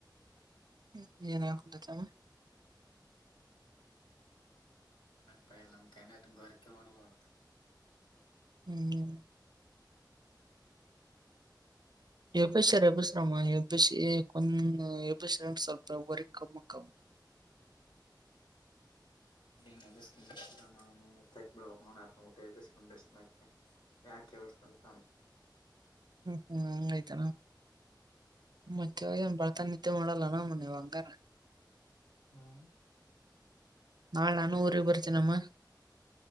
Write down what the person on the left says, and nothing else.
ಬರ್ತಾಯಿಲ್ಲ ಚೆನ್ನಾಗಿ ಗೊರಕೆ ಮಾಡಡ್ದ ಹೊಡ್ರ
<unintelligible> ಯಾಕೆ ಎಬ್ಬಿಸ್ತಾರೆ.
ಹ್ಮ್